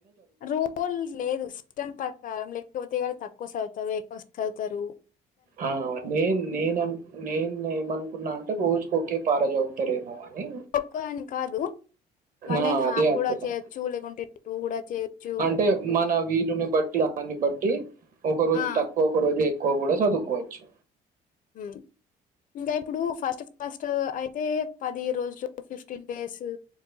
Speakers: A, on the left (about 50°); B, on the right (about 55°).
A: రూల్ లేదు, సిస్టం ప్రకారం లేకపోతే ఇయ్యాల తక్కువ సదువుతరు, ఎక్కువ సదువుతారు.
B: ఆ నేన్ నేనా నేనేమనుకున్నా అంటే రోజు ఒకే కాడ చదువుతారేమో అని
A: నువ్వే అని కాదు వన్
B: ఆ!
A: అండ్ హాఫ్
B: అదే అనుకున్నా.
A: కూడా చేయొచ్చు లేకుంటే టూ కూడా చేయొచ్చు
B: అంటే మన వీలుని బట్టి అన్నాన్ని బట్టి ఒక రోజు
A: ఆ
B: తక్కువ ఒక రోజు ఎక్కువ కూడా చదువుకోవచ్చు
A: ఉ ఇంకా ఇప్పుడు ఫస్ట్ క్లాస్ అయితే పది రోజులు ఫిఫ్టీన్ డేసు